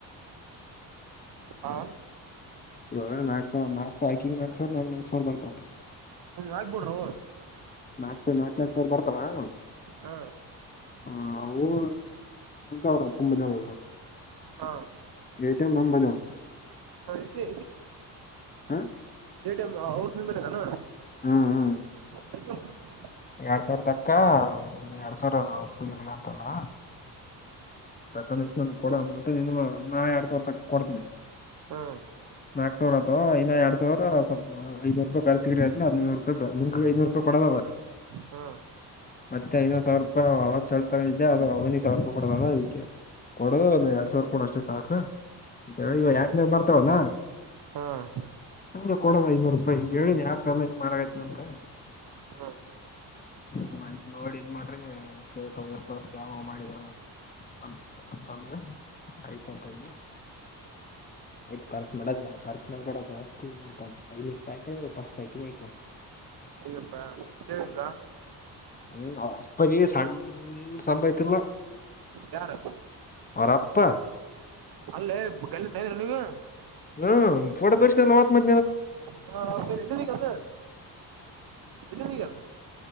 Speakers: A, on the right; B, on the left.
A: ಹಾ
B: ಇವಾಗಕ್ಕಂಗ್ ನಕ್ರ್ ನ ನಕ್ ಸರ್ ಬರ್ತ
A: ಹಾಕಿ ಬಿಡ್ರೋ
B: ನಾಕಕ್ು ನಾಕಕ್ ನನಾಕಕ್ ಸಾವಿರ ಬರ್ತಾವ
A: ಹಾ
B: ಹಾ ಅವು ಅವರ ಅಪ್ಪಂಬಂದದ
A: ಹಾ
B: ಎಟಿಎಂ ನಾಮ್ ಬಲಿಹವ
A: ಹೇಶ
B: ಹಾ
A: ೇ ಟೈಮ್ ಅವ್ರ ನಿಮ್ಮ ಮೇಲೆ ಕನ
B: ಹೂ ಹೂ
A: ಕ
B: ಎರಡ್ ಸಾವಿರತಕ್ಕ ಇದು ಎರಡ್ ಸಾವಿರ ನಾಮ್ ಅಪ್ಪ ಇರ್ಲಿ ಅಂದಲ್ಲ ತಕಂದ ಇಷ್ಟ ನನ್ ಕೊಡ ಅಮೌಂಟ್ ನಿನು ನಾ ಎರಡ್ ಸಾವಿರ ತ ಕೊಡ್ತನ
A: ಹಾ
B: ನಾಕಕ್ ಸಾವರ ಅವಾ ಇ ಎರ ಸಾವರವಪಐನೂ ರೂಪಾಯ ಕರ್ಸಿ ಅ್ರ ಹದನೂರು ರೂಾಯಿ ನಿಂಗ ಐೂರು ರೂಪಾಯ ಕೊಡೋ ಬರ್
A: ಹಾ
B: ಮತ್ತೆ ಐನಾರ್ ಸಾವಿರ ರೂಪಾಯಿ ಅವಾಗತ್ತು ಸಲ್ ತಗೊಂಡಿದ್ದೆ ಅದು ಅವನಿಗೆ ಸಾವರ ರೂಪಾಯಿ ಕೊಡದ ಅದಕ್ಕೆ ಕೊಡು ಎರಡ್ ಸಾವಿರ ಕೊಡ ಅಷ್ಟೇ ಸಾಕುಿ ಇವ
A: ಹ್ಮ್ ಹ್ಮ್
B: ಆಪ್ನಾಗ ಬರ್ತಾವಲ್ಲ
A: ಹ್ಮ್
B: ನಂಗೆ ಕೊಡೋದ ಐನೂರು ರೂಪಾಯಿ ಹಿಂಗೆ ಹೇಳನಿ ಆಪ್ೆಲ್ಲ ಇಂಗನ್ ಮಾಡೈತನ ಅಂತೆ
A: ಹ್ಮ್
B: ಹ್ಮ ಆಯ್ತ್ು ನೋಡಿ ಇದ್ ಮಾಡ್ರಿ ಸೇಕ್ ಇರ್ತಾರ ಸ್ಕ್ಯಾಮ್ ಮಾಡಿದರ ಹ ಹಂದ್ರೆ ಐ್ತ ಹತಜ ಆಯ್ತು ರ್ು ಮಾಡೋ ಖರ್ಚು ಮಾಡಬೇಡ ಜಾಸ್ತಿ ಅಂತ ಐನೂರು ರೂಪಾಯಿ ಪಾಸ್ ಆಕಿನಿ ಆಯ್
A: ಹಗಪ್ಪ ಸರಿನಕಾ
B: ಹ್ಮ ಅಪ್ಪನ ಸಣ್ಣ ಸಂಭವತ್ಲ್ಲ
A: ಯಾರು
B: ಅವರ ಅಪ್ಪಾ
A: ಅಲ್ಲೇ ಕಲ್ಲಿ ತ ಇದ್ರ ನೀವು
B: ಹ್ಮ್ಫೋಟೋ ತೋರಿಸಲ್ಲ ಮ
A: ಹಾ ಇದು ಕದ ಇಜ ಕ